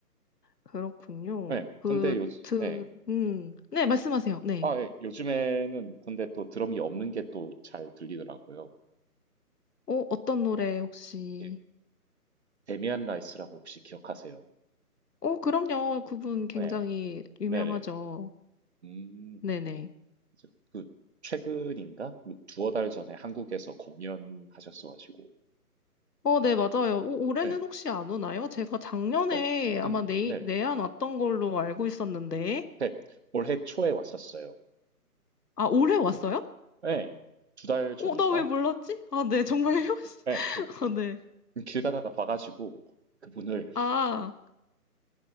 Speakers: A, on the left; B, on the right.
A: 그렇군요.
B: 네,
A: 그,
B: 근데 요,
A: 드,
B: 네.
A: 음, 네, 말씀하세요. 네.
B: 아, 예, 요즘에는 근데 또 드럼이 없는 게 또 잘 들리더라고요.
A: 어, 어떤 노래 혹시?
B: 이게 데미안 라이스라고 혹시 기억하세요?
A: 어, 그럼요. 그분 굉장히
B: 네,
A: 유명하죠.
B: 네네. 음,
A: 네네.
B: 그래서 그 최근인가? 뭐 두어 달 전에 한국에서 공연하셨어가지고.
A: 어, 네, 맞아요. 오, 올해는
B: 네,
A: 혹시 안 오나요? 제가 작년에
B: 네.
A: 아마
B: 음,
A: 내,
B: 네.
A: 내한 왔던 걸로 알고 있었는데.
B: 네, 올해 초에 왔었어요.
A: 아, 올해 왔어요?
B: 네, 두 달 전인가?
A: 어, 나 왜 몰랐지? 아, 네, 정말요? <laughs>
B: 네,
A: 아, 네.
B: 그길 가다가 봐가지고 그분을
A: 아,